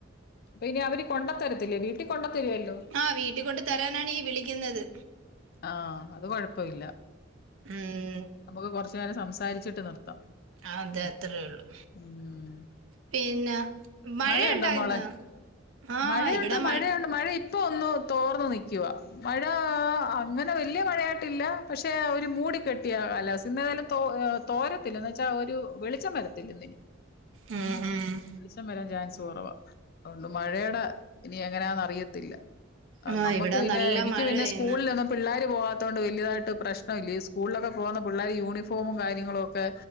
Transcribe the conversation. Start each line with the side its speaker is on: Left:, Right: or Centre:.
Left: അപ്പൊ ഇനി അവര് കൊണ്ടത്തരത്തില്ലേ വീട്ടിൽ കൊണ്ട തരുവല്ലോ
Right: ആഹ് വീട്ടു കൊണ്ട് തരാനാണ് ഇ വിളിക്കുന്നത്
Left: ആഹ് അത് കൊഴപ്പ ഇല്ല
Right: ഉം,
Left: നമുക്ക് കുറച്ചു നേരം സംസാരിച്ചിട്ട് നിർത്താം
Right: അതെ
Left: ഉം
Right: അത്രേള്ളു
Left: ഉം.
Right: പിന്നെ മഴ
Left: മഴയുണ്ടോ
Right: ഉണ്ടായിന്നോ
Left: മോളെ
Right: ആ
Left: മഴയുണ്ട്
Right: ഇവിടെ
Left: മഴയുണ്ട് മഴ ഇപ്പഒന്ന് തോർന്ന് നിക്ക്‌വാ മഴ ആ അങ്ങനെ വല്യ അങ്ങനെ മഴയാട്ടില്ല പക്ഷെ ഒരു മൂടി കെട്ടിയ കലാവസ്ത ഇന്ന് എതായാലും തോ തോരത്തില്ല എന്ന് വെച്ചാൽ ഒരു വെളിച്ചം വരത്തില്ല എന്ന്
Right: ഉം ഉം
Left: വെളിച്ചം വരാൻ ചാൻസ് കുറവാ അതൊണ്ട് മഴയുടെ ഇനി എങ്ങനാന്ന് അറിയത്തില്ല
Right: ആഹ്
Left: നമക്ക്
Right: ഇവിടെ
Left: പിന്നെ
Right: നല്ല
Left: എനിക്ക്
Right: മഴയായിന്ന്
Left: പിന്നെ സ്കൂളിൽ ഒന്നു പിള്ളോര് പോവാത്തണ്ട് വലിയതായിട്ട് പ്രശ്നം ഇല്ല സ്കൂളിലൊക്കെ പോകുന്ന പിള്ളേര്‌ യൂണിഫോമും കാര്യങ്ങളും ഒക്കെ